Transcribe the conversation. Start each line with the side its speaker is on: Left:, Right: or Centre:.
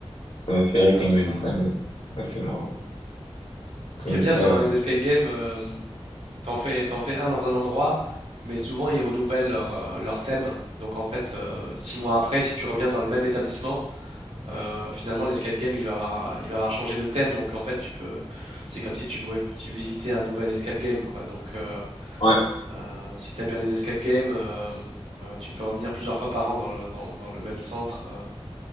Left: Ça m'a fait rire
Right: Ah,
Left: quand
Right: c'est
Left: il m'a
Right: marrant
Left: dit ça,
Right: ça.
Left: mais bah, c'est marrant.
Right: Ce
Left: Comme
Right: qui est bien,
Left: quoi,
Right: c'est dans
Left: ouais.
Right: les escape games, euh, t'en fais, t'en fais un dans un endroit, mais souvent ils renouvellent leur, euh, leur thème. Donc en fait, euh, six mois après, si tu reviens dans le même établissement, Euh, finalement, l'escape game, il va avoir, il va avoir changé de thème, donc en fait, tu peux, c'est comme si tu, vois- tu visitais un nouvel escape game, quoi. Donc, euh,
Left: Ouais.
Right: euh, si tu aimes bien les escape games, euh, euh, tu peux revenir plusieurs fois par an dans le, dans, dans le même centre. Euh,